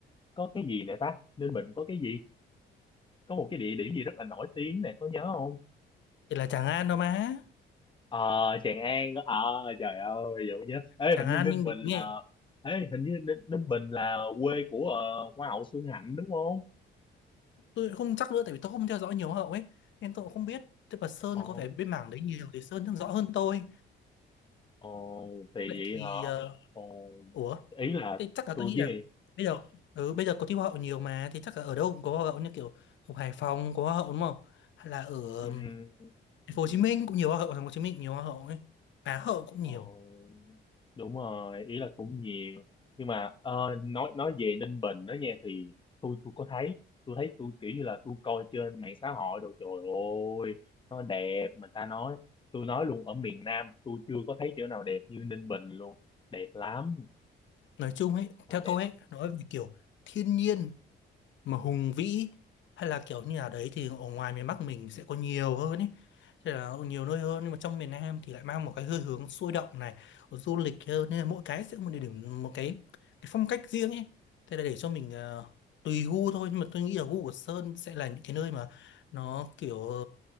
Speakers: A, on the left; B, on the left.
A: có cái gì nè ta? Ninh Bình có cái gì? Có một cái địa điểm gì rất là nổi tiếng nè, có nhớ không?
B: thì là Tràng An đâu mà
A: Ờ, Tràng An. Ờ, trời ơi, giờ mới nhớ. Ê,
B: Tràng
A: hình như
B: An
A: Ninh
B: Ninh
A: Bình
B: Bình
A: là
B: nghe
A: Ê, hình như Ninh, Ninh Bình là quê của ờ, Hoa hậu Xuân Hạnh đúng không?
B: tôi không chắc nữa tại vì tôi không theo dõi nhiều hậu ấy nên tôi cũng không biết tức là Sơn
A: Ồ.
B: có vẻ bên mảng đấy nhiều thì Sơn chắc rõ hơn tôi
A: Ồ, thì
B: vậy
A: vậy
B: thì
A: hả?
B: ờ,
A: Ồ,
B: ủa
A: ý là
B: Thế chắc là
A: tôi
B: tôi nghĩ
A: với
B: là bây giờ ừ, bây giờ có thi hoa hậu nhiều mà thì chắc là ở đâu cũng có hoa hậu như kiểu ở Hải Phòng có hoa hậu đúng không? Hay là ở ừm,
A: um,
B: thành phố Hồ Chí Minh cũng nhiều hoa hậu, thành phố Hồ Chí Minh cũng nhiều hoa hậu ấy. Á hậu cũng
A: ồ,
B: nhiều.
A: đúng rồi, ý là cũng nhiều. Nhưng mà ờ, nói nói về Ninh Bình đó nha thì tôi tôi có thấy, tôi thấy tôi kiểu như là tôi coi trên mạng xã hội đồ trời ơi, nó đẹp mà ta nói, tôi nói luôn ở miền Nam tôi chưa có thấy chỗ nào đẹp như Ninh Bình luôn. Đẹp lắm,
B: Nói chung ấy,
A: quá
B: theo
A: đẹp.
B: tôi ấy, nói về kiểu thiên nhiên mà hùng vĩ hay là kiểu như là đấy thì ở ngoài miền Bắc mình sẽ có nhiều hơn ấy thế là nhiều nơi hơn nhưng mà trong miền Nam thì lại mang một cái hơi hướng sôi động này du lịch hơn nên là mỗi cái sẽ có một địa điểm một cái, cái phong cách riêng ấy thế là để cho mình ờ, tùy gu thôi nhưng mà tôi nghĩ là gu của Sơn sẽ là những cái nơi mà nó kiểu ờ,